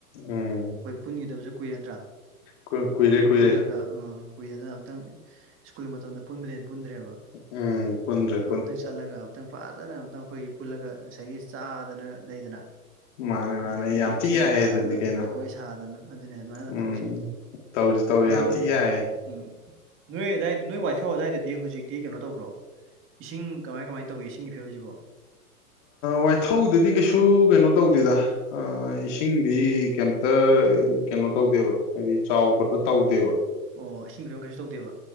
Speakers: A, on the left (about 50°); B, on the right (about 25°).
A: ꯎꯝ
B: ꯈꯣꯏ ꯄꯨꯟꯒꯤꯗꯕꯖꯨ ꯀꯨꯏꯔꯦ ꯑꯟꯗ꯭ꯔꯥ
A: ꯀꯨꯏ- ꯀꯨꯏꯔꯦ
B: ꯑꯝꯇꯪ
A: ꯀꯨꯏꯔꯦ
B: ꯄꯨꯜꯂꯒ ꯑꯥ ꯍꯨꯏ ꯑꯗꯨꯅ ꯑꯝꯛꯇꯪ ꯁ꯭ꯀꯨꯜ ꯃꯇꯝꯗ ꯄꯨꯟꯕ꯭ꯔꯦ ꯄꯨꯟꯗ꯭ꯔꯦꯕ
A: ꯎꯝ ꯄꯨꯗ
B: ꯑꯝꯇꯪ ꯆꯠꯂꯒ ꯑꯝꯇꯪ ꯐꯖꯅ ꯑꯝꯇꯪ ꯑꯩꯈꯣꯏꯒꯤ ꯄꯨꯜꯂꯒ ꯉꯁꯥꯏꯒꯤ ꯆꯥꯗꯅ ꯂꯩꯗꯅ
A: ꯃꯥꯅꯦ ꯃꯥꯅꯦ
B: ꯑꯗꯒꯤꯗꯤ
A: ꯌꯥꯝ ꯊꯤ
B: ꯏꯁꯩꯒ
A: ꯌꯥꯏꯌꯦ
B: ꯊꯥꯔꯒ
A: ꯑꯗꯨꯗꯤ ꯀꯩꯅꯣ
B: ꯖꯒꯣꯏ ꯁꯥꯗꯅ ꯑꯗꯨꯅꯦ ꯑꯗꯨꯃꯥꯏꯅ
A: ꯎꯝ
B: ꯇꯧꯁꯦ
A: ꯇꯧꯁꯤ ꯇꯧꯁꯤ
B: ꯑꯗꯨꯗꯣ
A: ꯌꯥꯝ ꯊꯤ ꯌꯥꯏꯌꯦ
B: ꯎꯝ ꯅꯣꯏ ꯑꯗꯥꯏ ꯅꯣꯏ ꯋꯥꯏꯊꯣꯛ ꯑꯗꯥꯏꯗꯗꯤ ꯍꯧꯖꯤꯛꯇꯤ ꯀꯩꯅꯣ ꯇꯧꯕ꯭ꯔꯣ ꯏꯁꯤꯡ ꯀꯃꯥꯏ ꯀꯃꯥꯏ ꯇꯧꯏꯤ ꯏꯁꯤꯡꯒꯤ ꯐꯤꯕꯝꯁꯤꯕꯣ
A: ꯋꯥꯏꯊꯧꯗꯗꯤ ꯀꯩꯁꯨ ꯀꯩꯅꯣ ꯇꯧꯗꯦꯗ ꯑꯥ ꯏꯁꯤꯡꯗꯤ ꯀꯩꯝꯇ ꯀꯩꯅꯣ ꯇꯧꯗꯦꯕ ꯍꯥꯏꯗꯤ ꯆꯥꯎ ꯈꯣꯠꯄ ꯇꯧꯗꯦꯕ
B: ꯑꯣ ꯏꯁꯤꯡ ꯐꯤꯕꯝ ꯀꯩꯁꯨ ꯇꯧꯗꯦꯕ